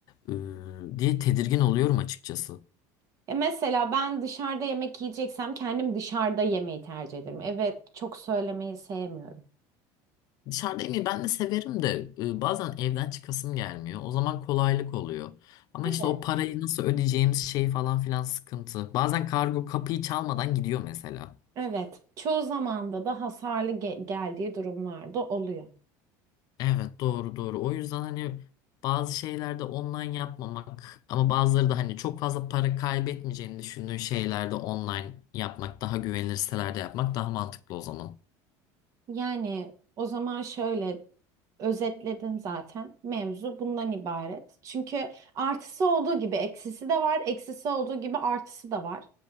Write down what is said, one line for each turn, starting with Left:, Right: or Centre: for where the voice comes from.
Left: e, diye tedirgin oluyorum açıkçası.
Right: Ya mesela ben dışarıda yemek yiyeceksem kendim dışarıda yemeyi tercih ederim. Evet, çok söylemeyi sevmiyorum.
Left: Dışarıda yemeği ben de severim de e, bazen evden çıkasım gelmiyor. O zaman kolaylık oluyor. Ama
Right: Evet.
Left: işte o parayı nasıl ödeyeceğimiz şey falan filan sıkıntı. Bazen kargo kapıyı çalmadan gidiyor mesela.
Right: Evet, çoğu zamanda da hasarlı ge- geldiği durumlarda oluyor.
Left: Evet doğru doğru. O yüzden hani bazı şeylerde online yapmamak ama bazıları da hani çok fazla para kaybetmeyeceğini düşündüğün şeylerde online yapmak daha güvenilir sitelerde yapmak daha mantıklı o zaman.
Right: Yani o zaman şöyle Özetledim zaten. Mevzu bundan ibaret. Çünkü artısı olduğu gibi eksisi de var, eksisi olduğu gibi artısı da var.